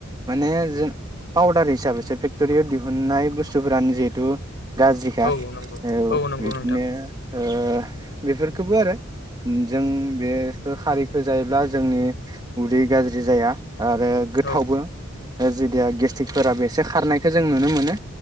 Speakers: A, on the right; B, on the left.
A: माने जो पाउदार हिसाबैसो फेक्ट'रियाव दिहुननाय बुस्थुफोरानो जिहेतु गाज्रिखा
B: औ नंगौ
A: औ
B: नंगौ
A: बिदिनो
B: नोंथां
A: ओ बेफोरखौबो आरो ओम जों बेखो खारिखो जायोब्ला जोंनि उदै गाज्रि जाया आरो गोथावबो
B: औ
A: जेदिया गेस्ट्रिकफोराबो एसे खारनायखौ जों नुनो मोनो